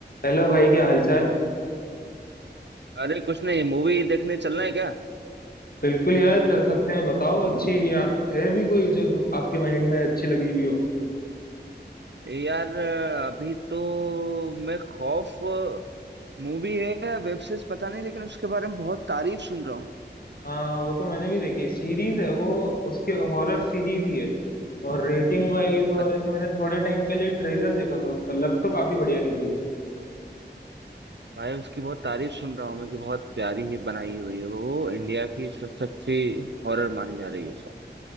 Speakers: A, on the left; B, on the right.
A: हेलो भाई क्या हालचाल
B: अरे कुछ नहीं मूवी देखने चलना है क्या
A: बिल्कुल यार चल सकते हैं बताओ अच्छी आप है भी कोई जो तुम आपके माइंड में अच्छी लगी हुई हो
B: यार अभी तो मैं खौफ मूवी है या वेब सीरीज पता नहीं लेकिन उसके बारे में बहुत तारीफ सुन रहा हूँ
A: हाँ वो तो मैंने भी देखी सीरीज है वो उसके हॉरर सीरीज ही है और रेटिंग वाइज और
B: अत-
A: ऐसे मैंने थोड़े टाइम पहले ट्रेलर देखा था उसका लग तो काफी बढ़िया रही थी वो
B: भाई उसकी बहुत तारीफ सुन रहा हूँ मैं कि बहुत प्यारी ही बनाई हुई है वो इंडिया की सबसे अच्छी हॉरर मानी जा रही है सर